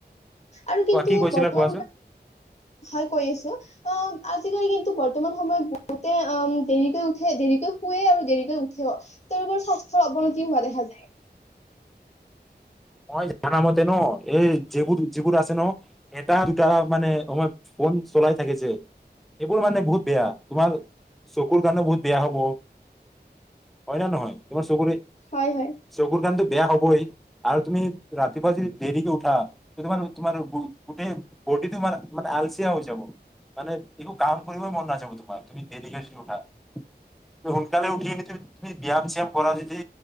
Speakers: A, on the left (about 40°); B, in the centre.
A: আৰু কিন্তু
B: কোৱা কি কৈছিলা
A: বৰ্তমান
B: কোৱাচোন
A: সময়ত, হয় কৈ আছো অহ আজিকালি কিন্তু বৰ্তমান সময়ত বহুতে অহ দেৰিকৈ উঠে, দেৰিকৈ শুৱে আৰু দেৰিকৈ উঠেও, তেওঁলোকৰ স্বাস্থ্য চ অৱনতি
B: উম,
A: হোৱা দেখা যায়।
B: মই জানা মতে নহ, এই যিবোৰ যিবোৰ আছে নহ, এটা দুটা মানে ফোন চলাই থাকে যে, সেইবোৰ মানে বহুত বেয়া তোমাৰ চকুৰ কাৰণে বহুত বেয়া হব, হয় নহ নহয় তোমাৰ চকুৰে
A: হয় হয়
B: চকুৰ <unintelligible> বেয়া হ'বই। আৰু তুমি ৰাতিপুৱা যদি দেৰিকে উঠা, তোমাৰ তোমাৰ গোটেই বডী তোমাৰ মানে আলচিয়া হৈ যাব, মানে একো কাম কৰিবই মন নাযাব‌ তোমাৰ, তুমি দেৰিকৈ যদি উঠা, সোনকালে উঠি তুমি তুমি ব্যায়াম চ্যাম কৰা যদি